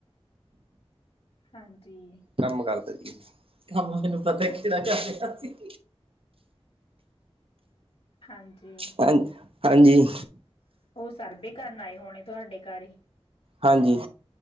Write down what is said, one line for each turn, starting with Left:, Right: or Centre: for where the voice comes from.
Left: ਹਾਂਜੀ।
Right: ਕੰਮ ਕਰਦਾ ਸੀ, ਕੰਮ ਮੈਨੂੰ ਪਤਾ ਕਿਹੜਾ ਕਰ ਰਿਹਾ ਸੀ।
Left: ਹਾਂਜੀ
Right: ਹਾਂ, ਹਾਂਜੀ।
Left: ਉਹ ਸਰਬੇ ਕਰਨ ਆਏ ਹੋਣੇ, ਤੁਹਾਡੇ ਘਰ ਹੀ।
Right: ਹਾਂਜੀ।